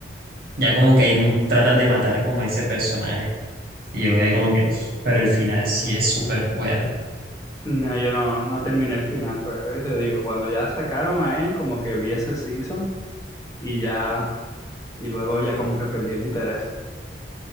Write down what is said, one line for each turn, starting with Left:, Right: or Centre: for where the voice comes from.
Right: ya como que ahí tratan de matar como ese personaje. Y yo quedé como que, "Uf", pero el final sí es súper bueno.
Left: No, yo no, no terminé el final, pero es lo que te digo, cuando ya sacaron a él, como que vi ese season y ya, y luego ya como que perdí el interés.